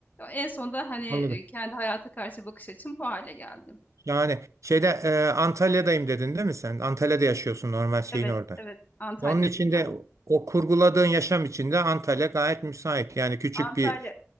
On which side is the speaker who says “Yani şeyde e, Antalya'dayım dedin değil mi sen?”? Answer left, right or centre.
Right